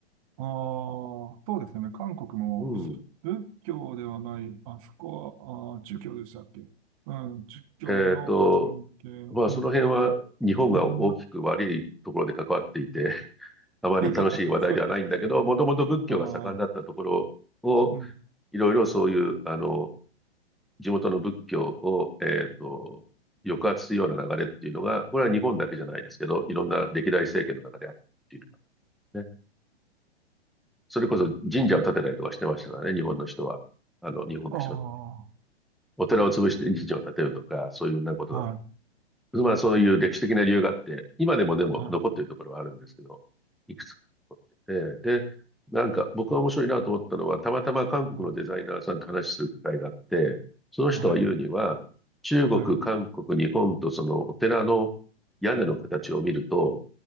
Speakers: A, on the right; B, in the centre.
A: あー、そうですね。韓国も
B: うん。
A: 仏教ではない、あそこは、あー、儒教でしたっけうん、儒教の関係の、
B: えっと、まあ、
A: うん。
B: その辺は日本が大きく悪いところで関わっていて、
A: うん
B: <laughs> あまり楽しい話題ではないんだけど、
A: <laughs> そう
B: もともと仏教が盛んだったところを、
A: ああ、うん。
B: いろいろそういう、あの、地元の仏教を、えっと、抑圧するような流れっていうのが、これは日本だけじゃないですけど、いろんな歴代政権の中であったっていうのがね。それこそ神社を建てたりとかしてましたからね、日本の人は。あの、日本の人は。
A: あ
B: お寺を潰して神社を建てるとか、そういうようなことが。
A: あ、はい、
B: まあそういう歴史的な理由があって、今でもでも残っているところはあるんですけど、
A: はい、
B: いくつかあって。で、なんか僕が面白いなと思ったのは、たまたま韓国のデザイナーさんと話しする機会があって、
A: は
B: その人が言うには、
A: い、
B: 中国、
A: はい、はい、
B: 韓国、日本とそのお寺の屋根の形を見ると、